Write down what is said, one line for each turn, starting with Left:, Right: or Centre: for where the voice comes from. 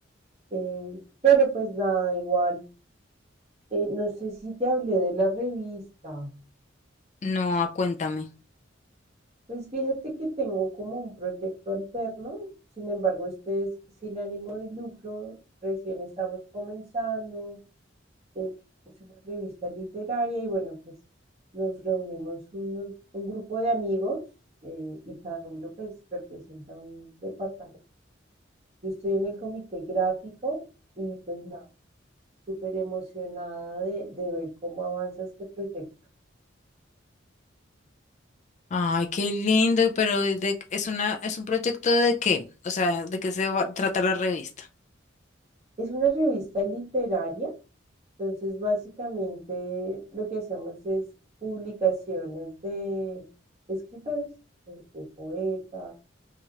Right: Eh, pero pues nada, igual, eh, no sé si te hablé de la revista.
Left: No, ah, cuéntame.
Right: Pues fíjate que tengo como un proyecto alterno, sin embargo, este es sin ánimo de lucro, recién estamos comenzando. eh, es una revista literaria y bueno, pues nos reunimos unos, un grupo de amigos eh, y cada uno pues representa un departamento. Yo estoy en el comité gráfico y pues nada, súper emocionada de, de ver cómo avanza este proyecto.
Left: Ay, qué lindo, pero ¿de- es una, es un proyecto de qué? O sea, ¿de qué se va, trata la revista?
Right: Es una revista literaria, entonces básicamente lo que hacemos es publicaciones de escritores, de, de poetas,